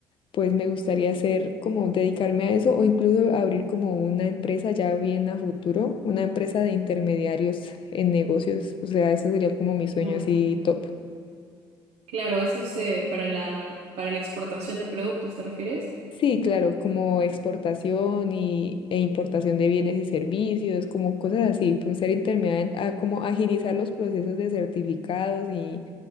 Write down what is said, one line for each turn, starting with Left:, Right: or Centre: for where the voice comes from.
Left: pues me gustaría hacer como dedicarme a eso o incluso abrir como una empresa ya bien a futuro, una empresa de intermediarios en negocios, o sea, eso sería como mi sueño
Right: claro.
Left: así top.
Right: Claro, eso es eh, para la, para la exportación de productos, ¿te refieres?
Left: Sí, claro, como exportación y, e importación de bienes y servicios, como cosas así, pues ser intermediario, a- como agilizar los procesos de certificados y,